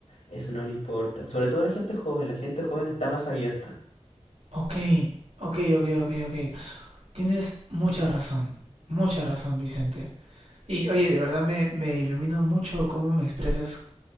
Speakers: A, on the left; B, on the right.
A: eso no le importa. Sobre todo a la gente joven, la gente joven está más abierta.
B: Ok, ok, ok, ok, ok. Tienes mucha razón, mucha razón, Vicente. Y oye, de verdad me, me iluminó mucho cómo me expresas